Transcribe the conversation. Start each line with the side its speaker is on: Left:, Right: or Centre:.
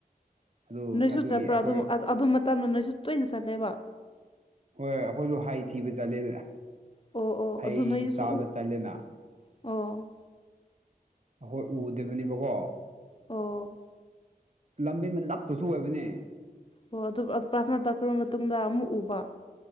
Right: ꯑꯗꯨ
Left: ꯅꯣꯏꯁꯨ
Right: ꯑꯗꯨꯒꯤ
Left: ꯆꯠꯄ꯭ꯔꯣ
Right: ꯑꯩꯈꯣꯏ
Left: ꯑꯗꯨꯝ ꯑꯗꯨ ꯃꯇꯝꯗ ꯅꯣꯏꯁꯨ ꯇꯣꯏꯅ ꯆꯠꯂꯦꯕ
Right: ꯍꯣꯏ ꯍꯣꯏ ꯑꯩꯈꯣꯏꯁꯨ ꯍꯩ ꯊꯤꯕꯂꯦ
Left: ꯑꯣ ꯑꯣ
Right: ꯍꯩ
Left: ꯑꯗꯨ ꯅꯣꯏꯁꯨ
Right: ꯆꯥꯕ ꯆꯠꯂꯦꯅ
Left: ꯑꯣ
Right: ꯑꯩꯈꯣꯏ ꯎꯗꯕꯅꯦꯕꯀꯣ
Left: ꯑꯣ
Right: ꯂꯝꯕꯤ ꯑꯃ ꯅꯞꯇꯁꯨ ꯑꯣꯏꯕꯅꯦ
Left: ꯑꯣ ꯑꯗꯨ ꯄ꯭ꯔꯔꯊꯅ ꯇꯛꯈ꯭ꯔꯕ ꯃꯇꯨꯡꯗ ꯑꯃꯨꯛ ꯎꯕ